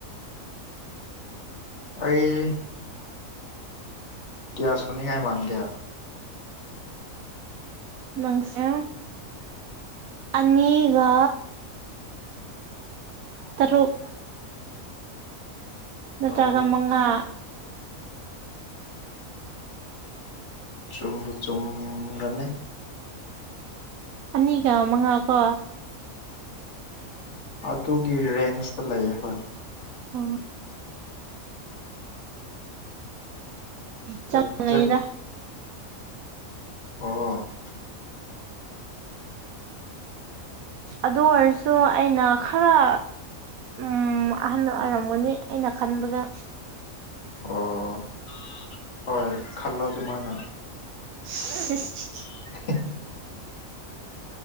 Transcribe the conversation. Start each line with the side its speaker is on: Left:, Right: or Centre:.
Left: ꯑꯩ ꯀ꯭ꯌꯥ ꯁꯨꯅꯤꯡꯉꯥꯏ ꯃꯥꯟꯒꯦ
Right: ꯅꯪꯁꯦ ꯑꯅꯤꯒ ꯇꯔꯨꯛ
Left: ꯑꯣ
Right: ꯅꯠꯇ꯭ꯔꯒ ꯃꯉꯥ
Left: ꯆꯨꯝꯕꯨ ꯆꯨꯝꯒꯅꯤ
Right: ꯑꯅꯤꯒ ꯃꯉꯥ ꯀꯣ
Left: ꯑꯗꯨꯒꯤ ꯔꯦꯟꯖꯇ ꯂꯩꯌꯦ ꯍꯣꯏ
Right: ꯑꯣ ꯆꯞꯃꯥꯟꯅꯩꯗ
Left: ꯑꯦꯛꯖꯦꯛ ꯑꯣ
Right: ꯑꯗꯨ ꯑꯣꯏꯔꯁꯨ ꯑꯩꯅ ꯈꯔ ꯎꯝ ꯑꯍꯟ ꯑꯣꯏꯔꯝꯒꯅꯤ ꯑꯩꯅ ꯈꯟꯕꯗ
Left: ꯑꯣ ꯍꯣꯏ ꯈꯜꯂꯣ ꯑꯗꯨꯃꯥꯏꯅ
Right: <unintelligible>
Left: ꯍꯨꯝ